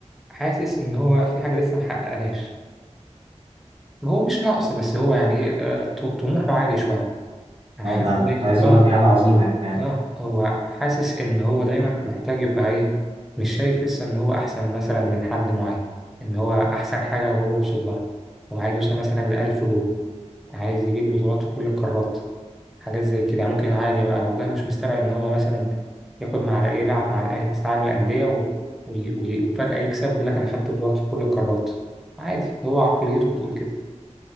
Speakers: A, in the centre; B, on the right (about 50°).
A: حاسس ان هو في حاجه لسه ما حققهاش هو مش نقص بس هو يعني ايه آه، ط- طموحه عالي شويه يعني
B: أو
A: حاسس
B: أنا
A: دايما
B: كنت عايز اقول
A: اه
B: لك دي حاجه عظيمه يعني
A: اه هو حاسس ان هو دايما محتاج يبقى ايه مش شايف لسه ان هو احسن مثلا من حد معين ان هو احسن حاجه وهو وصل لها هو عايز يوصل مثلا لألف جول عايز يجيب بطولات في كل القارات حاجات زي كده يعني ممكن عادي بقى والله مش مستبعد إن هو مثلا ياخد مع الأهلي يلعب مع الأهلي كأس العالم للأندية و... وي- وي- وفجأة يكسب يقول لك أنا خدت بطولات في كل القارات عادي هو عقليته بتقول كده